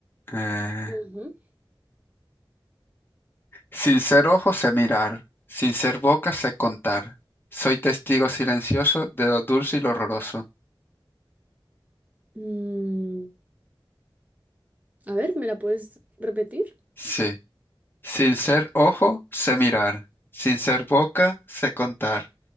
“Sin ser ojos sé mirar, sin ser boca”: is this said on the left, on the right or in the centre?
Left